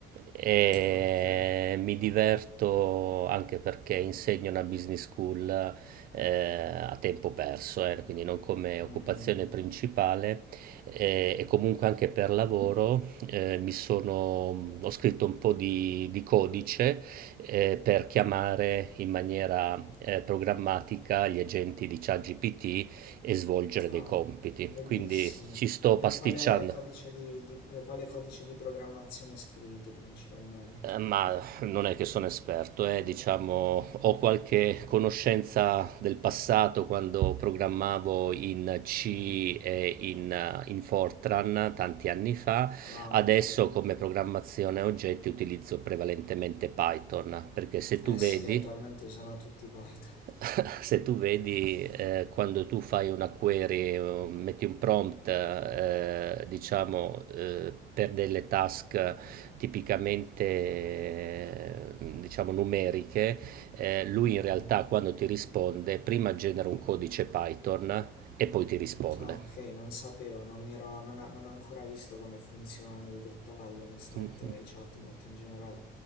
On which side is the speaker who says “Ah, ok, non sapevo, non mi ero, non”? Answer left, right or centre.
Left